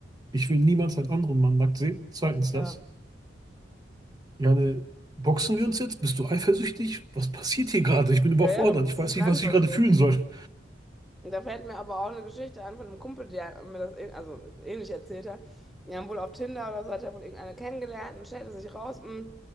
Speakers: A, on the right (about 20°); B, in the centre.
A: Ich will niemals einen anderen Mann nackt sehen. Zweitens
B: ja.
A: das. Ja, ne. Boxen wir uns jetzt? Bist du eifersüchtig? Was passiert hier gerade? Ich bin überfordert.
B: Ja, ja, du wusstest
A: Ich weiß
B: gar
A: nicht, was
B: nicht, was
A: ich gerade
B: los
A: fühlen
B: ist.
A: soll.
B: Und Da fällt mir aber auch eine Geschichte an von einem Kumpel, der mir das ähn- also ähnlich erzählt hat. Die haben wohl auf Tinder oder so, hat er wohl irgendeine kennengelernt und stellte sich raus, mh,